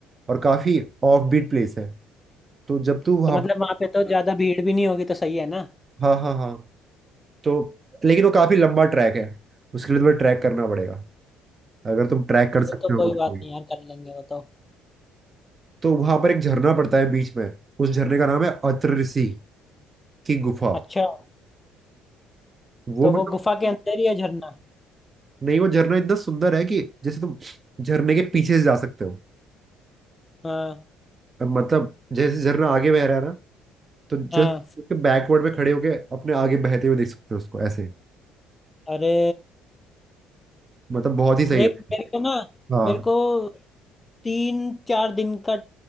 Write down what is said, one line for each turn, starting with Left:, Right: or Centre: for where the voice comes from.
Right: और काफी ऑफ बीट प्लेस है तो जब तू वहाँ
Left: तो मतलब वहाँ पे तो ज्यादा भीड़ भी नहीं होगी तो सही है ना
Right: हाँ हाँ हाँ तो लेकिन वो काफी लंबा ट्रैक है उसके लिए तुम्हें ट्रैक करना पड़ेगा अगर तुम ट्रैक कर
Left: वो
Right: सकते
Left: तो
Right: हो
Left: कोई
Right: तो
Left: बात नहीं यार कर लेंगे वो तो
Right: तो वहां पर एक झरना पड़ता है बीच में उस झरने का नाम है अत्र ऋषि की गुफा
Left: अच्छा
Right: वो
Left: तो वो
Right: मतलब
Left: गुफा के अंदर ही है झरना
Right: नहीं वो झरना इतना सुंदर है कि जैसे तुम झरने के पीछे से जा सकते हो
Left: हाँ
Right: अब मतलब जैसे झरना आगे बह रहा है ना, तो जस्ट
Left: हाँ
Right: उसके बैकवर्ड में खड़े होके अपने आगे बहते हुए देख सकते हो उसको ऐसे
Left: अरे
Right: मतलब बहुत ही सही
Left: देख
Right: है
Left: मेरे को ना
Right: हाँ
Left: मेरे को तीन चार दिन का